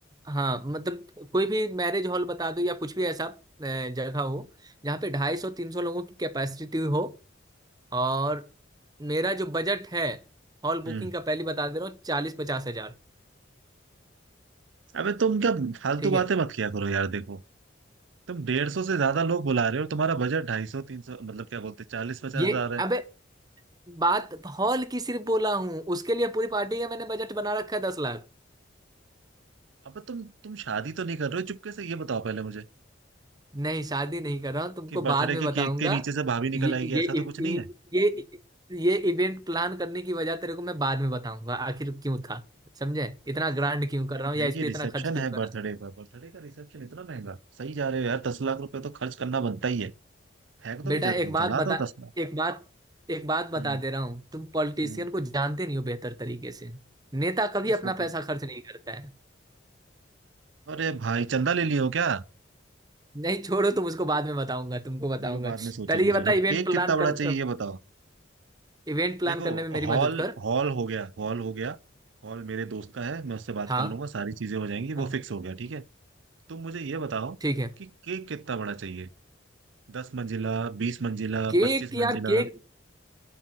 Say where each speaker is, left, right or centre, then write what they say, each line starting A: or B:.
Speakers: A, on the right (about 20°); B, on the right (about 75°).
A: हाँ मतलब कोई भी मैरिज हॉल बता दो या कुछ भी ऐसा अ, जगह हो जहाँ पे ढाई सौ तीन सौ लोगों की कैपेसिटी हो और मेरा जो बजट है हॉल बुकिंग
B: हम्म
A: का पहले बता दे रहा हूँ चालीस पचास हजार
B: अबे तुम क्या फालतू
A: ठीक
B: बातें
A: है
B: मत किया करो यार देखो तुम डेढ़ सौ से ज्यादा लोग बुला रहे हो तुम्हारा बजट ढाई सौ तीन सौ मतलब क्या बोलते चालीस पचास
A: ये
B: हजार है
A: अबे बात हॉल की सिर्फ बोला हूँ उसके लिए पूरी पार्टी का मैंने बजट बना रखा है दस लाख
B: अब तुम तुम शादी तो नहीं कर रहे हो चुपके से ये बताओ पहले मुझे
A: नहीं शादी नहीं कर रहा हूँ तुमको
B: कि
A: बाद
B: बर्थडे
A: में
B: के
A: बताऊंगा
B: केक के नीचे से भाभी
A: ये
B: निकल आएगी
A: ये
B: ऐसा तो कुछ नहीं
A: ये
B: है
A: ये ये इवेंट प्लान करने की वजह तेरे को मैं बाद में बताऊंगा आखिर क्यों था समझे
B: भाई
A: इतना
B: साहब,
A: ग्रांड क्यों कर
B: event
A: रहा हूँ या
B: है
A: इस
B: कि
A: पे
B: रिसेप्शन
A: इतना खर्च क्यों
B: है
A: कर
B: बर्थडे
A: रहा हूँ
B: का बर्थडे का रिसेप्शन इतना महंगा सही जा रहे हो यार दस लाख रुपए तो खर्च करना बनता ही है फेंक
A: बेटा
B: दो ज-
A: एक बात
B: जला
A: बता
B: दो दस लाख
A: एक बात एक बात बता
B: हम्म
A: दे रहा हूँ तुम पॉलिटिशियन
B: हम्म
A: को जानते नहीं हो बेहतर तरीके से नेता कभी
B: अरे
A: अपना
B: सब
A: पैसा खर्च नहीं करता है
B: अरे भाई चंदा ले लियो क्या
A: नहीं छोड़ो तुम उसको बाद में बताऊंगा तुमको बताऊंगा
B: चलो बाद में सोचेंगे
A: पहले ये
B: चलो
A: बता इवेंट
B: केक
A: प्लान
B: कितना बड़ा
A: कर
B: चाहिए ये बताओ
A: इवेंट प्लान
B: देखो
A: करने में मेरी
B: हॉल
A: मदद कर
B: हॉल हो गया हॉल हो गया हॉल मेरे दोस्त का है मैं उससे बात
A: हाँ
B: कर लूंगा सारी चीजें हो जाएंगी वो
A: हाँ,
B: फिक्स हो गया ठीक है तुम मुझे ये बताओ
A: ठीक है
B: कि केक कितना बड़ा चाहिए दस मंजिला बीस मंजिला
A: केक
B: पच्चीस मंजिला
A: यार केक